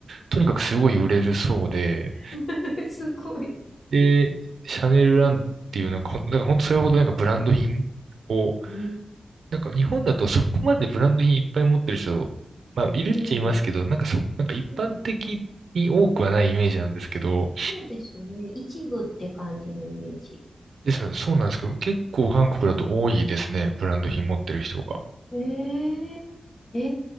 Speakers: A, on the right; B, on the left.
A: とにかくすごい売れるそうで、
B: ー、<laughs> すごい。
A: で、シャネルランっていうなんかほん、
B: うん
A: なんか本当それほどなんかブランド品を、
B: え、
A: なんか日本だとそこまでブランド品いっぱい持ってる人、まあいるっちゃいますけど、
B: うん、
A: なんかそ、なんか一般的に多くはないイメージなんですけど、
B: うん。そう、そうですね。一部って感じのイメージ。
A: ですので、そうなんですけど、結構韓国だと多いですね、ブランド品持ってる人が。
B: ええ、え